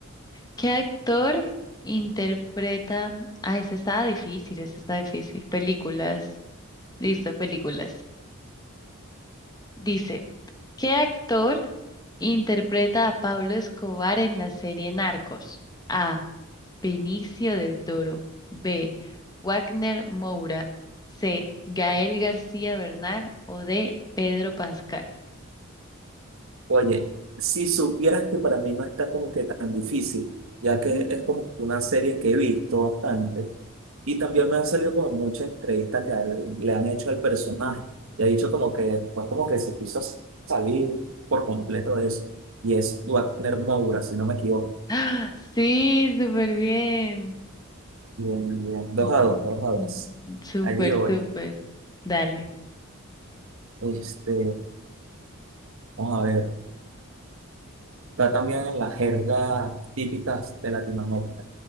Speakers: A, on the left; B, on the right.
A: ¿qué actor interpreta? Ah, esta está difícil, esta está difícil. Películas. Listo, películas. Dice, ¿qué actor interpreta a Pablo Escobar en la serie Narcos? A. Benicio del Toro. B. Wagner Moura. C. Gael García Bernal. O D. Pedro Pascal.
B: Oye, si supieras que para mí no está como que tan difícil, ya que
A: Mm.
B: es como que una serie que he visto bastante y también me han salido como muchas entrevistas que al- le han hecho al personaje y ha dicho como que después como que se quiso salir por completo de eso y es Wagner Moura, si no me equivoco.
A: ¡Ah! Sí, súper bien.
B: Bien, bien. Dos
A: Ujú.
B: a dos, dos a
A: Mm,
B: dos.
A: Súper,
B: Allí voy.
A: súper. Dale,
B: Este, vamos a ver. Está también en las jergas típicas de Latinoamérica.